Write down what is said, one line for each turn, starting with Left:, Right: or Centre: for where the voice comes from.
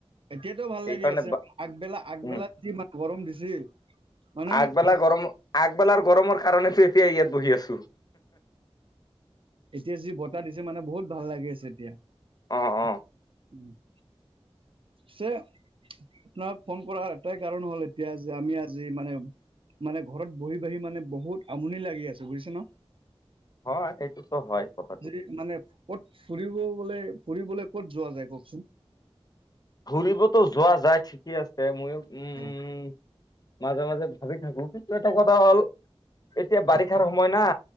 Right: এতিয়াটো ভাল
Left: সেইকাৰণে
Right: লাগি আছে, আগবেলা-আগবেলাত
Left: উম
Right: যি ইমান গৰম দিছিল। মানে
Left: আগবেলা গৰম, আগবেলাৰ গৰমৰ কাৰণেটো এতিয়া ইয়াত বহি আছোঁ।
Right: এতিয়া যি বতাহ দিছে মানে বহুত ভাল লাগি আছে এতিয়া।
Left: অ অ
Right: <unintelligible> ছে' আপোনাক ফোন কৰাৰ এটাই কাৰণ হ'ল এতিয়া যে আমি আজি মানে- মানে ঘৰত বহি-বহি মানে বহুত আমনি লাগি আছে বুজিছে ন'।
Left: অঁ', -সেইটোতো হয়। কথাটো
Right: যি মানে ক'ত ফুৰিব গ'লে, ফুৰিবলে ক'ত যোৱা যায় কওকচোন?
Left: ফুৰিবটো যোৱা যায় ঠিকে আছে, মইও, উম-উম-
Right: হয়
Left: মাজে-মাজে ভাবি থাকোঁ, কিন্তু এটা কথা হ'ল এতিয়া বাৰিষাৰ সময় না'।